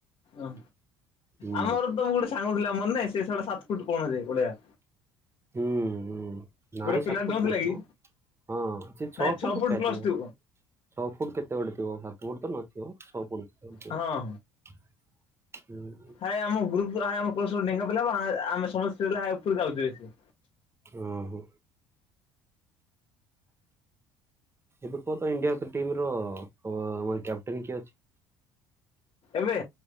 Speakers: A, on the left; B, on the right.
A: ଓ
B: ହୁଁ
A: ଆମର ତ ଗୋଟେ ସାଙ୍ଗ ଥିଲା ମରେ ନହିଁ ସେଷଆଡେ ସାତ ଫୁଟ କଣ ଓଳିଆ
B: ହୁଁଁ। ନାଇଁ
A: ପିଲା
B: ସାତ ଫୁଟ
A: ନଥିଲା
B: ନଥିବ
A: କି?
B: ହଁ ସେ ଛଅ
A: ନାଇଁ
B: ଫୁଟ ଉପରେ
A: ପ୍ଲସ
B: ଥିବ।
A: ଟୁ
B: ଛଅ ଫୁଟ କେତେ ଗୋଟେ ଥିବ ହାତ ଗୋଟ ତ ନଥିବ ଅ ଫୁଟ କେତେ ଗୋଟେ ଥିବ।
A: ହଁ
B: ହୁଁ।
A: ଆ ଆମ ଗ୍ରୁପ ଆମ ଢୋ ପଲା ଆମେ ସମସ୍ତ ଉପକୁ ଆଉଛ ବ
B: ଓ ହୋ। ଏବେ କୁହ ତ ଇଣ୍ଡିଆ ଟିମ ର ଆମର କ୍ୟାପଟେନ କିଏ ଅଛି?
A: ଏବେ?